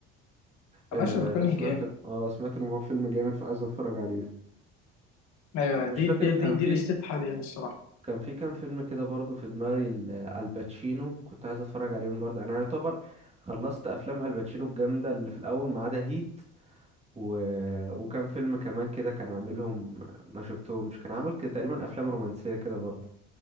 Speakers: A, on the right; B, on the left.
A: آه
B: ماشي بيكون
A: سمعت
B: جامد
A: اه سمعت ان هو فيلم جامد فعايز اتفرج عليه
B: ايوه
A: مش
B: دي
A: فاكر
B: دي
A: كان
B: دي, دي
A: في
B: لستة حاليا الصراحه
A: كان في كام فيلم كده برضو في دماغي ال- الباتشينو كنت عايز اتفرج عليهم برضو انا يعتبر خلصت افلام الباتشينو الجامده اللي في الاول ما عدا هيت و... وكان فيلم كمان كده كان عاملهم ما شفتهمش كان عامل كده تقريبا افلام رومانسيه كده برضو